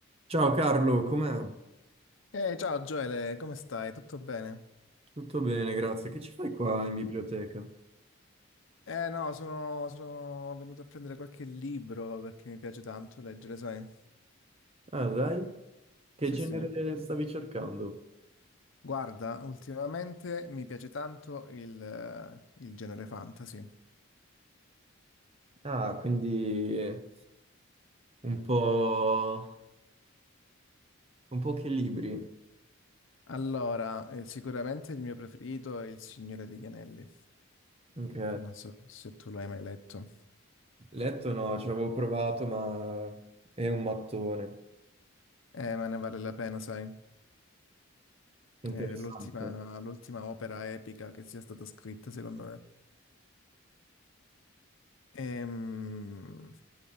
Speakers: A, on the right; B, on the left.
A: Ciao Carlo, com'è?
B: Eh, ciao Gioele, come stai? Tutto bene?
A: Tutto bene, grazie. Che ci fai qua in biblioteca?
B: Eh no, sono, sono venuto a prendere qualche libro perché mi piace tanto leggere, sai?
A: Ah, dai, che
B: Sì,
A: genere
B: sì.
A: stavi cercando?
B: Guarda, ultimamente mi piace tanto il, eh, il genere fantasy.
A: Ah, quindi eh, un po'... un po' che libri.
B: Allora, eh, sicuramente il mio preferito è Il Signore degli Anelli.
A: Ok.
B: Non so se tu l'hai mai letto.
A: Letto no, ci avevo provato, ma è un mattone.
B: Eh, ma ne vale la pena, sai? È
A: Interessante.
B: l'ultima l'ultima opera epica che sia stata scritta, secondo me. Ehm,